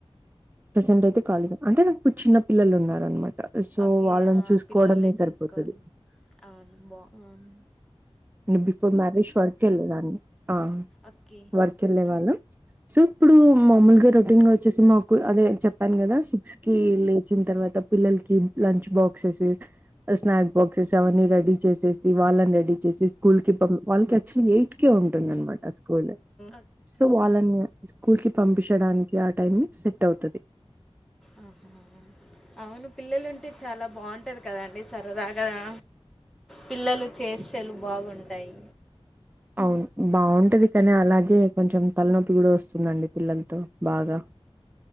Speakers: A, on the right; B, in the centre.
A: ప్రజెంట్ అయితే
B: అంతే.
A: కళీ అంటే నాకు ఇప్పుడు చిన్న పిల్లలు ఉన్నారు అనమాట సో
B: ఓకే.
A: వాళ్ళని
B: ఆ!
A: చూసుకోవడమే
B: పిల్లోల్ని
A: సరిపోతుది
B: చూసుకోవాలి. అవును బా ఆన్
A: ను బిఫోర్ మ్యారేజ్ వర్క్ వెళ్ళలేదాన్ని ఆ
B: ఓకే.
A: వర్క్ వెళ్ళేవాళ్ళ సో ఇప్పుడు మామూలుగా రొటీన్ గా వచ్చేసి మాకు అదే చెప్పాను కదా సిక్స్ కి లేచి వచ్చిన తర్వాత పిల్లలకి లంచ్ బాక్సెస్ స్నాక్ బాక్సెస్ అవన్నీ రెడీ చేసేసి వాళ్ళని రెడీ చేసి స్కూల్ కి వాళ్ళకి యాక్చువల్లీ ఎయిట్ కి ఉంటుందన్న మాట స్కూల్
B: ఓకే.
A: సో వాళ్ళని స్కూల్ కి పంపించడానికి ఆ టైం సెట్ అవుతది
B: ఆహ అవును పిల్లలుంటే చాలా బాగుంటది కదాండి సరదాగా గా పిల్లలు చేష్టలు బాగుంటాయి
A: అవును బాగుంటది కానీ అలాగే కొంచెం తలనొప్పి కూడా వస్తుందండి పిల్లలతో బాగా